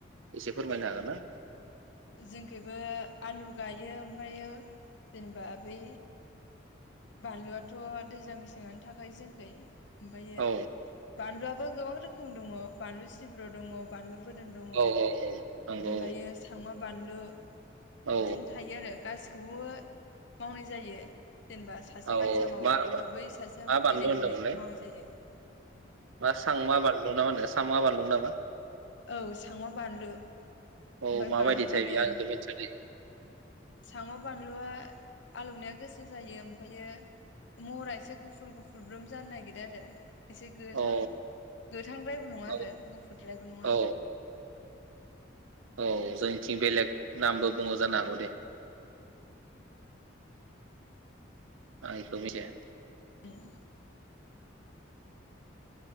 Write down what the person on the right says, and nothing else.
एसे फोरमायनो हागोन ना?
औ
औ
औ औ नंगौ
औ
औ
मा
मा बानलु
होनदोंमोनलाय
मा सांमा बानलुं ना होनदों सांमा बारलुं नामा?
औ
माबायदिथाय
बेयो आं बेखौ मिथिया दे
औ
औ
औ
औ जोंनिथिं बेलेग नामबो बुंङो जानो हागौ दे। आं इखो मिथिया